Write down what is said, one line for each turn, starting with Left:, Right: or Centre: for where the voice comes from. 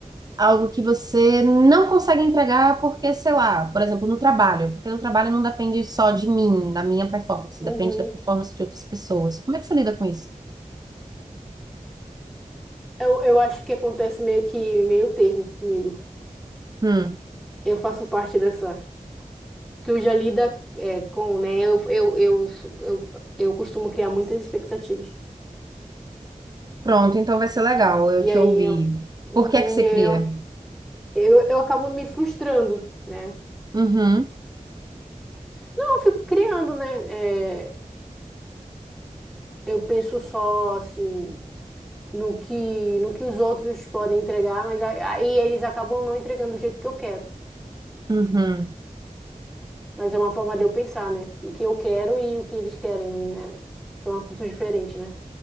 Right: algo que você não consegue entregar porque, sei lá, por exemplo, no trabalho, porque no trabalho não depende só de mim, da minha performance,
Centre: Uhum.
Right: depende da performance de outras pessoas. Como é que você lida com isso?
Centre: Eu, eu acho que acontece meio que meio termo comigo.
Right: Hum,
Centre: Eu faço parte dessa. Tu já lida é, com, né? Eu, eu, eu, sou- eu, eu costumo criar muitas expectativas.
Right: pronto, então vai ser legal eu
Centre: E
Right: te
Centre: aí,
Right: ouvir.
Centre: eu, uhum,
Right: Por que é que você
Centre: e
Right: cria?
Centre: aí eu, eu, eu acabo me frustrando, né?
Right: Uhum,
Centre: Não, eu fico criando, né? É, eu penso só, assim, no que, no que os outros podem entregar, mas a- aí eles acabam não entregando do jeito que eu quero.
Right: uhum.
Centre: Mas é uma forma de eu pensar, né? O que eu quero e o que eles querem, né? São assuntos diferentes, né?